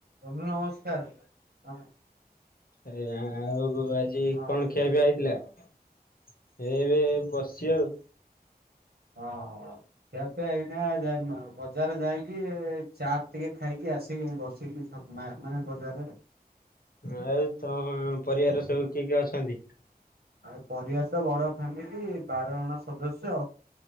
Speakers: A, on the right; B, on the left.
A: ବନ୍ଧୁ ନମସ୍କାର ହଁ।
B: ଆ ଆଉ ଆଜି
A: ହଁ
B: କଣ ଖିଆପିଆ ହେଇଥିଲା ଏ ଏବେ ବସିଚି ଆଉ।
A: ହଁ ହଉ। ଖିଆପିଆ ଏଇନା ଯା ବଜାର ଯାଇକି ଚାଟ୍ ଟିକେ ଖାଇକି ଆସିକି ବସିଲି। ମା ମାନେ ବଜାରରେ।
B: ଆଉ ତମ ପରିବାର ସବୁ କିଏ କିଏ ଅଛନ୍ତି?
A: ଆଉ ପରିବାର ତ ବଡ ଫ୍ୟାମିଲି ବାର ଜଣ ସଦସ୍ୟ